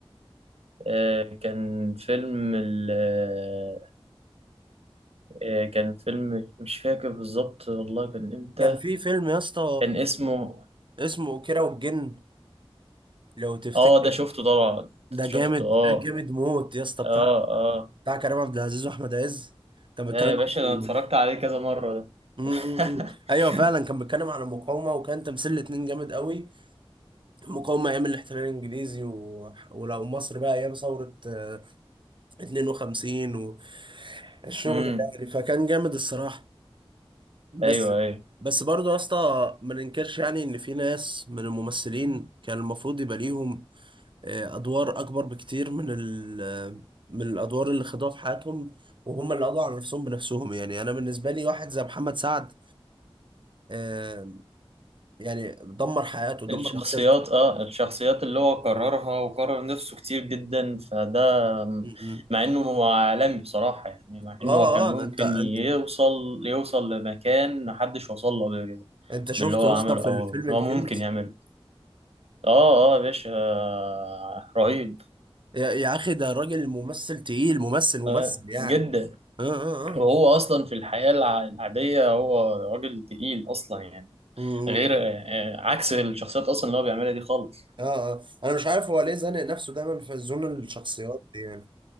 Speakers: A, on the right; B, on the right.
A: آه، كان فيلم ال آه، آه، كان فيلم مش فاكر بالظبط والله كان امتى
B: كان في فيلم يا اسطى
A: كان اسمه
B: اسمه كيرة والجن لو تفتكر
A: اه ده شفته طبعا
B: ده
A: شفته
B: جامد
A: اه
B: ده جامد موت يا اسطى بتاع
A: اه اه
B: بتاع كريم عبد العزيز واحمد عز كان بيتكلم
A: آه يا باشا
B: عن
A: انا اتفرجت عليه كذا مرة ده
B: امم
A: <laughs>
B: ايوه فعلا كان بيتكلم عن المقاومه وكان تمثيل الاتنين جامد قوي المقاومه ايام الاحتلال الانجليزي و... ولو مصر بقى ايام ثوره آه، 52 والشغل
A: امم
B: ده يعني فكان جامد الصراحه بس
A: ايوه ايوه
B: بس برضه يا اسطى ما ننكرش يعني ان في ناس من الممثلين كان المفروض يبقى ليهم آه، ادوار اكبر بكتير من ال من الادوار اللي خدوها في حياتهم وهم اللي قضوا على نفسهم بنفسهم يعني انا بالنسبه لي واحد زي محمد سعد آه، يعني دمر حياته دمر
A: الشخصيات
B: مسيرته
A: اه الشخصيات اللي هو كررها وكرر نفسه كتير جدا فده
B: م- م.
A: مع انه هو عالمي بصراحة يعني مع
B: اه
A: انه هو كان
B: اه
A: ممكن
B: انت انت
A: يوصل يوصل لمكان محدش وصل له قبل كده
B: انت شفته
A: باللي هو
B: يا
A: عمله
B: اسطى في
A: او
B: الفيلم
A: اللي
B: الكنز
A: هو ممكن يعمله اه اه يا باشا آه، رهيب
B: يا يا اخي ده راجل ممثل تقيل ممثل ممثل
A: آه
B: يعني
A: جدا
B: اه اه
A: وهو
B: اه
A: اصلا في الحياة الع- العادية هو راجل تقيل اصلا يعني
B: م-
A: غير
B: م.
A: آه، عكس الشخصيات اصلا اللي هو بيعملها دي خالص
B: اه اه انا مش عارف هو ليه زانق نفسه دايما في زون الشخصيات دي يعني